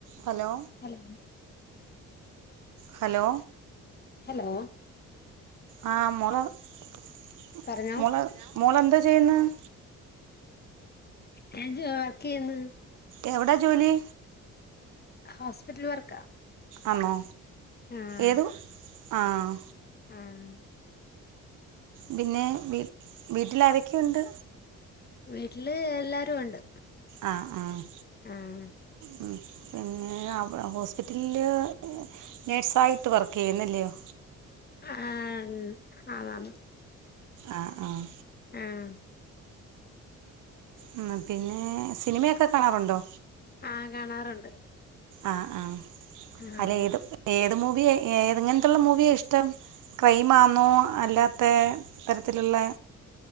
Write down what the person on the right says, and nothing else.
hello.
hello
ആ മോൾമോളെ
മോള് എന്താ ചെയ്യുന്നത്?
എവിടെ ജോലി
ആണോ
ഏതു ആഹ്.
പിന്നെ വീ വീട്ടില് ആരൊക്കെണ്ട്
ആഹ് ആഹ്
ഉം പിന്നെ അവ ഹോസ്പിറ്റല്ല് നഴ്സായിട്ട് വർക്ക് എയ്യ്ന്ന് ഇല്ലായോ
ആഹ് ആഹ്
ഉം പിന്നെ സിനിമക്കെ കാണാറുണ്ടോ
ആഹ് ആഹ്
അല്ലെ ഏത് ഏ ഏത് മൂവിയാ ഏതെങ്ങനെതൊള്ള മൂവിയ ഇഷ്ടം ക്രൈമാണോ അല്ലാത്തെ തരത്തിലോ ള